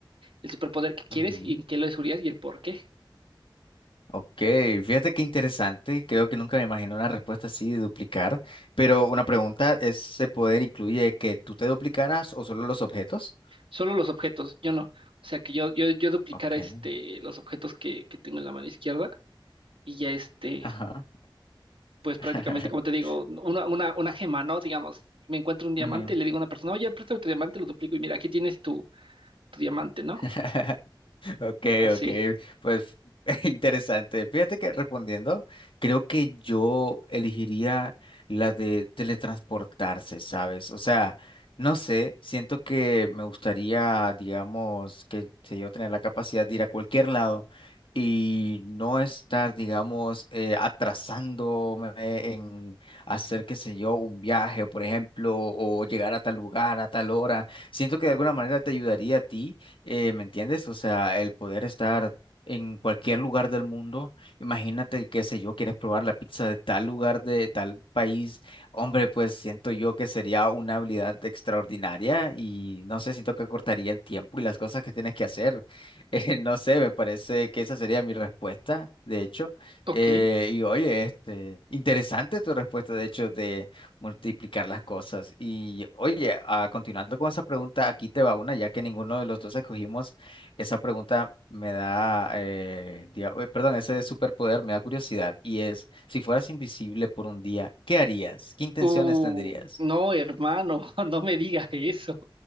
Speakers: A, on the right; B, on the left.
A: el superpoder que quieres
B: ujú,
A: y en qué lo usarías y el por qué?
B: Ok. Fíjate qué interesante. Creo que nunca me imaginé una respuesta así de duplicar. Pero una pregunta, ¿ese poder incluye que tú te duplicaras o solo los objetos?
A: Solo los objetos, yo no. O sea, que yo, yo, yo duplicara
B: Ok.
A: este, los objetos que, que tengo en la mano izquierda y ya este,
B: Ajá.
A: pues prácticamente,
B: <laughs>
A: como te digo, una, una, una gema, ¿no? Digamos, me encuentro un diamante
B: Ujú.
A: y le digo a una persona, oye, préstame tu diamante, lo duplico y mira, aquí tienes tu, tu diamante, ¿no?
B: <laughs> Ok,
A: Así,
B: ok, pues <laughs> interesante. Fíjate que respondiendo, creo que yo elegiría la de teletransportarse, ¿sabes? O sea, no sé, siento que me gustaría, digamos, que sé yo tener la capacidad de ir a cualquier lado y no estar, digamos, eh, atrasándome en hacer, qué sé yo, un viaje, por ejemplo, o llegar a tal lugar a tal hora. Siento que de alguna manera te ayudaría a ti eh, ¿me entiendes? O sea, el poder estar en cualquier lugar del mundo. Imagínate, qué sé yo, quieres probar la pizza de tal lugar, de tal país. Hombre, pues siento yo que sería una habilidad extraordinaria y no sé, siento que cortaría el tiempo y las cosas que tienes que hacer. <laughs> Eh, no sé, me parece que esa sería mi respuesta, de hecho.
A: ok.
B: Eh, y oye, este, interesante tu respuesta, de hecho, de multiplicar las cosas. Y oye, ah, continuando con esa pregunta, aquí te va una, ya que ninguno de los dos escogimos, esa pregunta me da, eh, diga- eh, perdón, ese superpoder me da curiosidad y es, si fueras invisible por un día, ¿qué harías? ¿Qué intenciones
A: Uh,
B: tendrías?
A: no, hermano, <laughs> no me diga eso,